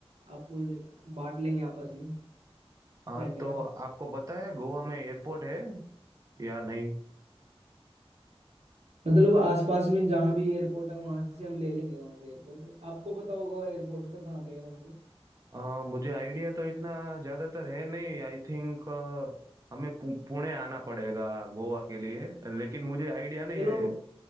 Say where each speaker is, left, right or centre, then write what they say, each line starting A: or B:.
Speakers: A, on the right (about 80°); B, on the right (about 35°).
A: आप बांट लेंगे आपस में
B: हाँ
A: फ्रेंड
B: तो
A: का
B: आपको पता है गोवा में एयरपोर्ट है या नहीं
A: मतलब आसपास में जहाँ भी एयरपोर्ट है वहां से हम ले लेंगे वहां से एयरपोर्ट है, आपको पता होगा एयरपोर्ट का कहाँ पे है वहां से
B: अ, मुझे आइडिया तो इतना ज्यादातर है नहीं आई थिंक हमें पु, पुणे आना पड़ेगा गोवा के लिए लेकिन मुझे आइडिया नहीं
A: चलो
B: है